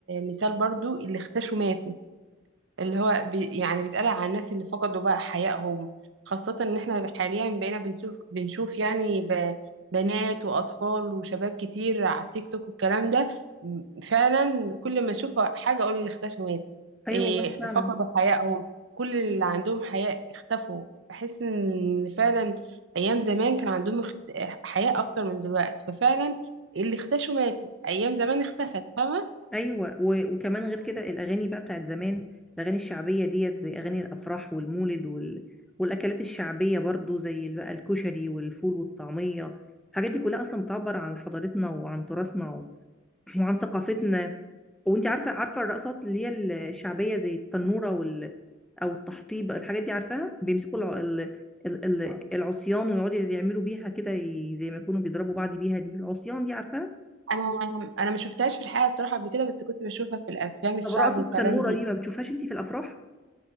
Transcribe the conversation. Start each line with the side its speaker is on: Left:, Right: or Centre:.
Right: مثال برضو اللي اختشوا ماتوا اللي هو بي يعني بيتقال على الناس اللي فقدوا بقى حيائهم خاصة ان احنا حاليا بقينا بنشوف بنشوف يعني ب- بنات واطفال وشباب كتير على التيك توك والكلام ده م- فعلا كل ما اشوف حاجة اقول اللي اختفوا مات
Centre: ايوه
Right: إيه
Centre: والله فعلا
Right: فقدوا حيائهم كل اللي عندهم حياء اختفوا بحس ان فعلا ايام زمان كان عندهم اخت... حياء اكتر من دلوقتي ففعلا اللي اختشوا ماتت ايام زمان اختفت فاهمة
Centre: ايوه و... وكمان غير كده الاغاني بقى بتاعت زمان الاغاني الشعبيه ديت زي اغاني الافراح والمولد وال... والاكلات الشعبيه برضو زي ال- بقى الكشري والفول والطعميه الحاجات دي كلها اصلا بتعبر عن حضارتنا وعن تراثنا و... وعن ثقافتنا وانت عارفه عارفه الرقصات اللي هي ال- الشعبيه زي التنوره وال... او التحطيب الحاجات دي عارفاها بيمسكوا الع... ال... ال... ال- العصيان ويقعدوا يعملوا بيها كده ي... زي ما يكونوا بيضربوا بعض بيها دي العصيان دي عارفاها
Right: انا انا ما شفتهاش في الحقيقه الصراحه قبل كده بس كنت بشوفها في الافلام الشعب
Centre: طب رقصه
Right: والكلام
Centre: التنوره
Right: دي
Centre: دي ما بتشوفهاش انت في الافراح